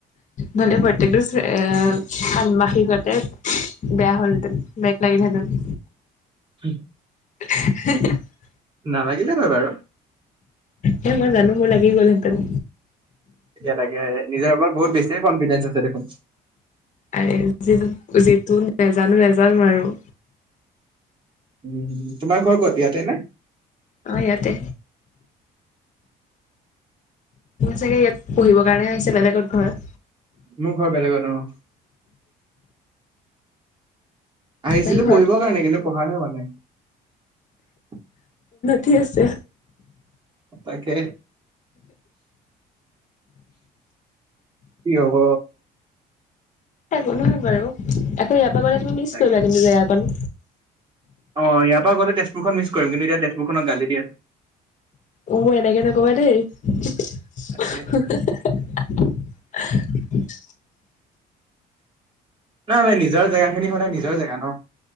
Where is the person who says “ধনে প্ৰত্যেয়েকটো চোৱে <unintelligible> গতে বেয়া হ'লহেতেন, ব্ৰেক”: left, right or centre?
Left